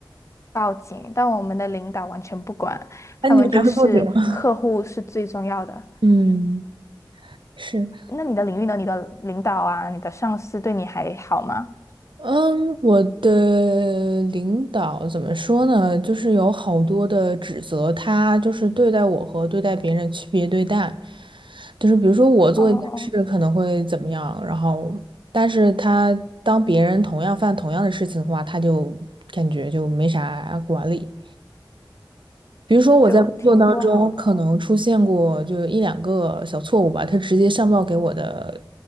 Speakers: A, on the left (about 35°); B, on the right (about 80°).
A: 报警。但我们的领导完全不管，
B: 哎，
A: 他们就是客户是最重要的。
B: 你们还会报警吗？嗯，是。
A: 那你的领域呢？你的领导啊，你的上司对你还好吗？
B: 嗯，我的领导怎么说呢？就是有好多的指责，他就是对待我和对待别人区别对待，就是比如说我做一件事可能会怎么样，
A: 哦，
B: 然后但是他当别人同样犯同样的事情的话，他就感觉就没啥管理。比如说我在工作当中可能出现过就一两个小错误吧，
A: 就挺不好的哦。
B: 他直接上报给我的